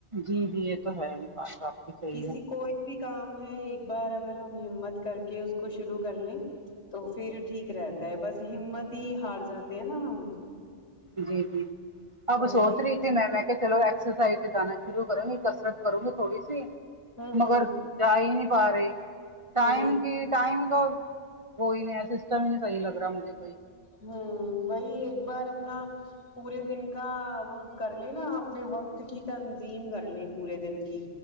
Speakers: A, on the right; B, on the left.
A: جی جی یہ تو ہے ہی بات اپ کی صحیح
B: کسی
A: ہے
B: کوئی بھی کام ہے ایک بار اگر ہم ہمت کر کے اس کو شروع کر لیں تو پھر ٹھیک رہتا ہے بس ہمت ہی ہار جاتے ہیں نا ہم
A: جی جی اب
B: تو
A: سو
B: وہی
A: تریق میں میں کہ چلو ایککسرسائز تو جانا شرو کروں گی کسرت کروں گی تھوڑی سی
B: ہوں ہوں
A: مگر جا ہی نہیں پا رہی
B: ہوں
A: ٹائم کی ٹائم تو وہی نہیں ہے سسٹم ہی نہیں صحیح لگ رہا مجھے کوئی
B: ہوں وہی ایک بار اپنا پورے دن کا وہ کر لے نا اپنے وقت کی تنظیم کر لیں پورے دن کی